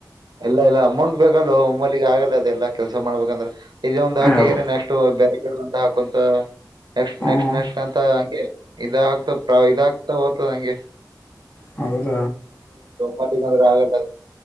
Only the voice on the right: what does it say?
ಇಲ್ಲ ಇಲ್ಲ ಅಮೌಂಟ್ ಬೇಕಲ್ಲ ಒಮ್ಮಲ್ಲಿಿಗೆ ಆಗಲ್ಲ ಅದೆಲ್ಲಾ ಕೆಲ್ಸ ಮಾಡ್ಬೇಕಂದ್ರೆ ಇಲ್ಲ ಒಂದಂದು ಹಾಕಿದ್ರೆ
ನೆಷ್ಟು ಬ ಅಂತ ಹಾಕುಂತ ನೆಕ್ಸ್ಟ್
ನೆಕ್ಸ್ಟ್
ನೆಕ್ಸ್ಟ್ ಅಂತ ಇದಾಗಗ್ತ ಪ್ರ ಇದಾಗಕ್ತಾ ಹೋ್ತ ನಂಗೆ
ಮಧ್ಯ ಮಾದ ಆಗೊಂಡ